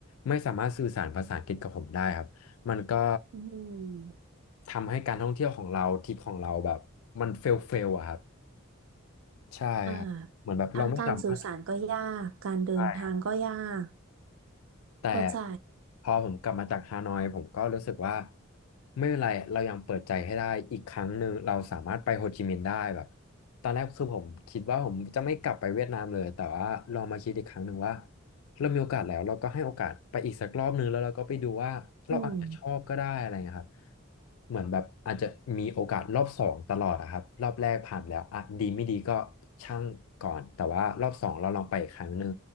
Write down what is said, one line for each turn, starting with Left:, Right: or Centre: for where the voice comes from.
Left: ไม่สามารถสื่อสารภาษาอังกฤษกับผมได้ครับมันก็
Right: อืม
Left: ทำให้การท่องเที่ยวของเราทริปของเราแบบมันเฟลเฟลอะครับใช่ครับเหมือนแบบเราไม่สามารถ
Right: อ่าทางการสื่อสารก็ยากการเดินทางก็ยาก
Left: ใช่ครับ แต่
Right: เข้าใจ
Left: พอผมกลับมาจากฮานอยผมก็รู้สึกว่าไม่เป็นไรเรายังเปิดใจให้ได้อีกครั้งหนึ่งเราสามารถไปโฮจิมินห์ได้แบบตอนแรกคือผมคิดว่าผมจะไม่กลับไปเวียดนามเลยแต่ว่าลองมาคิดอีกครั้งหนึ่งว่าเรามีโอกาสแล้วเราก็ให้โอกาสไปอีกสักรอบหนึ่งแล้วเราก็ไปดูว่าเราอาจจะชอบก็ได้อะไรเงี้ยครับ
Right: อืม
Left: เหมือนแบบอาจจะมีโอกาสรอบสองตลอดอะครับรอบแรกผ่านแล้วอ่ะดีไม่ดีก็ช่างก่อนแต่ว่ารอบสองเราลองไปอีกครั้งหนึ่ง